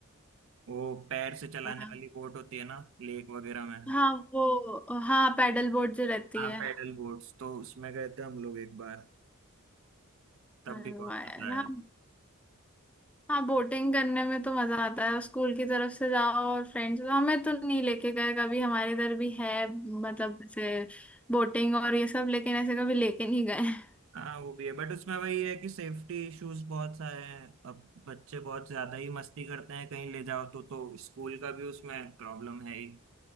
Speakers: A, on the right; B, in the centre.
A: वो पैर से चलाने
B: हाँ
A: वाली बोट होती है ना लेक वगैरह में
B: हाँ वो हाँ पैडल बोट जो रहती
A: हाँ
B: है
A: पैडल बोट्स तो उसमें गए थे हम लोग एक बार तब
B: अरे
A: भी बहुत
B: वाह यार
A: मजा आया
B: हाँ हाँ बोटिंग करने में तो मजा आता है स्कूल की तरफ से जाओ और फ्रेंड्स हमें तो नहीं लेके गए कभी हमारे इधर भी है मतलब ऐसे बोटिंग और ये सब लेकिन ऐसे कभी लेके नहीं गए <laughs>
A: हाँ वो भी है बट उसमें वही है कि सेफ्टी इश्यूज बहुत सारे हैं अब बच्चे बहुत ज्यादा ही मस्ती करते हैं कहीं ले जाओ तो तो स्कूल का भी उसमें प्रॉब्लम है ही